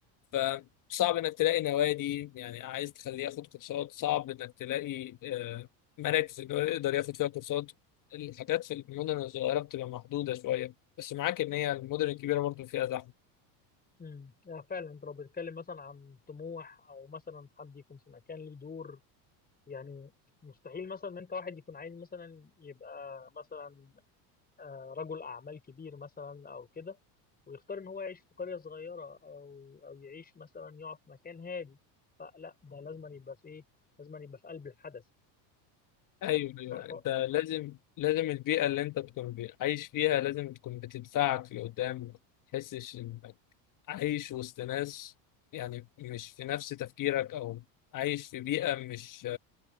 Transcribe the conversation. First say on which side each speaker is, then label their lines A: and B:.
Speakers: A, on the left; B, on the left.
A: فصعب انك تلاقي نوادي يعني عايز تخليه ياخد كورسات صعب انك تلاقي آه، مراكز ان هو يقدر ياخد فيها كورسات الحاجات في المدن الصغيره بتبقى محدوده شويه بس معاك ان هي المدن الكبيره برضو فيها زحمه
B: مم. آه، فعلا أنت لو بتتكلم مثلا عن طموح أو مثلا حد يكون في مكان ليه دور يعني مستحيل مثلا ان انت واحد يكون عايز مثلا يبقى مثلا آه، رجل اعمال كبير مثلا او كده ويختار ان هو يعيش في قريه صغيره او او يعيش مثلا يقعد في مكان هادي فلا ده لازم يبقى في ايه لازم يبقى في قلب الحدث
A: ايوه
B: صح
A: ايوه
B: بالظبط
A: انت لازم لازم البيئه اللي انت تكون بي- عايش فيها لازم تكون بتدفعك لقدام ما تحسش انك عايش وسط ناس يعني مش في نفس تفكيرك او عايش في بيئه مش